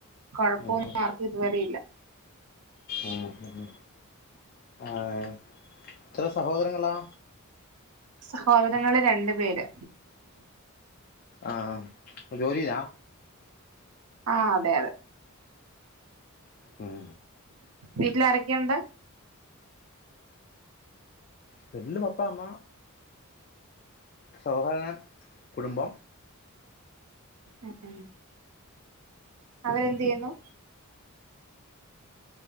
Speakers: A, on the right; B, on the left.
A: കൊഴപ്പൊന്നും
B: ആഹ്
A: ആർക്കും ഇതുവരെ ഇല്ല
B: ഉം ഉം ആഹ് എത്ര സഹോദരങ്ങളാ
A: സഹോദരങ്ങള് രണ്ടു പേര്
B: ആഹ് ജോലിയാ
A: ആഹ് അതെ അതെ
B: ഉം
A: വീട്ടില് അരൊക്കെയുണ്ട്.
B: വീട്ടില് പപ്പാ അമ്മ സഹകരണ കുടുംബം.
A: ഉം അവരെന്തിയ്യുന്നു.